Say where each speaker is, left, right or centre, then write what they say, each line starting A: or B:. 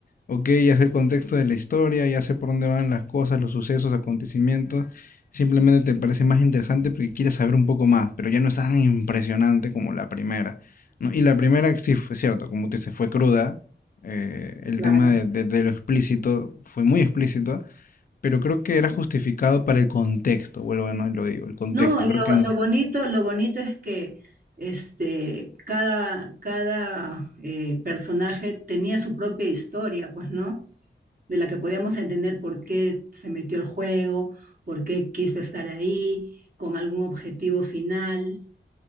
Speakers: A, on the left (about 45°); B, on the right (about 45°).
A: ok, ya sé el contexto de la historia, ya sé por dónde van las cosas, los sucesos, acontecimientos, simplemente te parece más interesante porque quieres saber un poco más, pero ya no es tan impresionante como la primera, ¿no? Y la primera, sí, fue cierto, como tú dices, fue cruda, eh, el
B: Claro.
A: tema de, de- de lo explícito fue muy explícito, pero creo que era justificado para el contexto, vuelvo a no lo digo, el contexto,
B: No, y
A: creo
B: lo,
A: que...
B: lo bonito, lo bonito es que este, cada, cada eh, personaje tenía su propia historia, pues, ¿no? De la que podíamos entender por qué se metió al juego, por qué quiso estar ahí, con algún objetivo final.